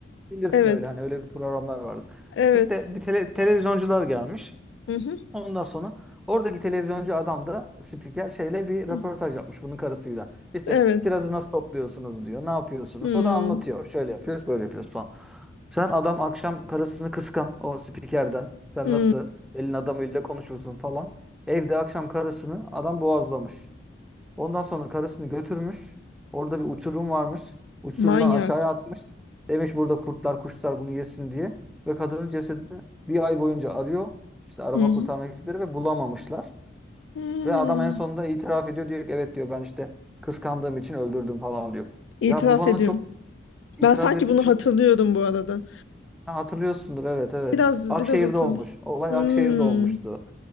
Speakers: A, in the centre; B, on the left.
A: Bilirsin
B: Evet.
A: öyle hani öyle programlar vardır.
B: Evet.
A: İşte bir tele- televizyoncular gelmiş.
B: Hı hı.
A: Ondan sonra oradaki televizyoncu adam da spiker şeyle bir
B: Hı.
A: röportaj yapmış bunun karısıyla. İşte
B: Evet.
A: kirazı nasıl topluyorsunuz diyor. Ne yapıyorsunuz?
B: Hı.
A: O da anlatıyor. Şöyle yapıyoruz, böyle yapıyoruz falan. Sen adam akşam karısını kıskan o spikerden. Sen
B: Hı.
A: nasıl elin adamıyla konuşursun falan. Evde akşam karısını adam boğazlamış. Ondan sonra karısını götürmüş. Orada bir uçurum varmış. Uçurumdan
B: Manyak.
A: aşağıya atmış. Demiş burada kurtlar kuşlar bunu yesin diye. Ve kadının cesedini bir ay boyunca arıyor. İşte arama
B: Hı hı.
A: kurtarma ekipleri ve bulamamışlar.
B: Hı.
A: Ve adam en sonunda itiraf ediyor. Diyor ki evet diyor ben işte kıskandığım için öldürdüm falan diyor.
B: İtiraf
A: Ya bu bana
B: ediyorum.
A: çok itiraf
B: Ben sanki
A: etti.
B: bunu
A: Çok
B: hatırlıyorum bu arada.
A: Ha, hatırlıyorsundur evet evet.
B: Biraz
A: Akşehir'de
B: biraz hatırlıyorum.
A: olmuş. Olay Akşehir'de olmuştu.